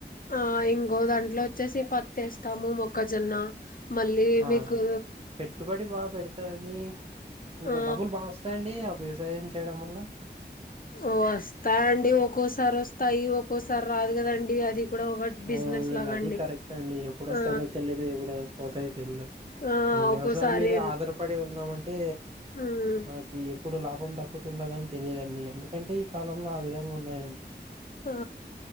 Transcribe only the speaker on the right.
ఆ
పెట్టుబడి బాగా పెడతారండి ఇంకో
డబ్బులు బాగా వస్తాయండి ఆ వ్యవసాయం చేయడం వల్ల
అవును
అవునండి
అది కరెక్ట్ ఏ అండి ఎప్పుడు వస్తుందో
తెలియదు ఎప్పుడు పోతయితేల్ద
మనం
వ్యవసాయం మీద ఆధారపడి ఉన్నామంటే అంటే
మనకి ఎప్పుడు లాభం దక్కుతుందగా అని తెలిదండి ఎందుకంటే ఈ కాలంలో ఆ విధంగా ఉన్నాయండి.